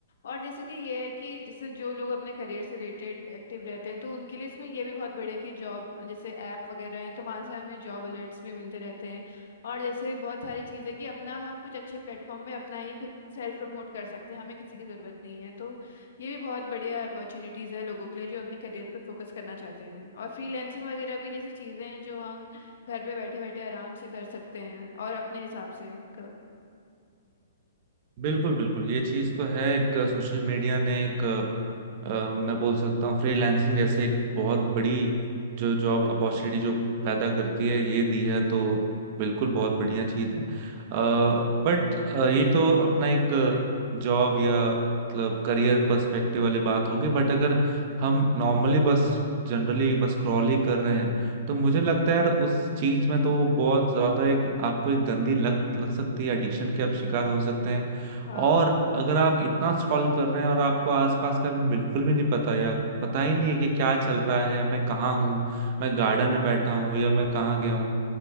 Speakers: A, on the left; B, on the right.
A: और जैसे कि ये है कि जैसे जो लोग अपने करियर से रिलेटेड एक्टिव रहते हैं तो उनके लिए इसमें ये भी बहुत बढ़िया है कि जॉब जैसे ऐप वगैरह हैं तो वहाँ से हमें जॉब अलर्ट्स भी मिलते रहते हैं और जैसे बहुत सारी चीज़ें कि अपना हम कुछ अच्छे प्लेटफॉर्म में अपना ही खुद सेल्फ प्रमोट कर सकते हैं हमें किसी की ज़रूरत नहीं है तो ये भी बहुत बढ़िया अपॉर्चुनिटीज़ है लोगों के लिए जो अपने करियर पे फोकस करना चाहते हैं और फ्रीलैंसिंग वगैरह भी जैसी चीज़ें हैं जो हम घर पे बैठे बैठे आराम से कर सकते हैं और अपने हिसाब से कर...
B: बिल्कुल बिल्कुल ये चीज तो है एक सोशल मीडिया ने एक अ, मैं बोल सकता हूँ फ्रीलांसिंग जैसे एक बहुत
A: हम्म
B: बड़ी जो जॉब अपॉर्चुनिटी जो पैदा करती है ये दी है तो बिल्कुल बहुत बढ़िया चीज है बट ये तो अपना एक जॉब या मतलब करियर पर्सपेक्टिव वाली बात होगी बट अगर हम नॉर्मली बस जनरली बस स्क्रॉल ही कर रहे हैं तो मुझे लगता है यार उस चीज में तो बहुत ज्यादा एक आपको एक गंदी लत लग सकती है एडिक्शन के आप शिकार हो सकते हैं
A: हाँ
B: और अगर आप इतना स्क्रॉल कर रहे हैं और आपको आसपास का में बिल्कुल भी नहीं पता या पता ही नहीं है कि क्या चल रहा है मैं कहाँ हूँ मैं गार्डन में बैठा हूँ या मैं कहाँ गया हूँ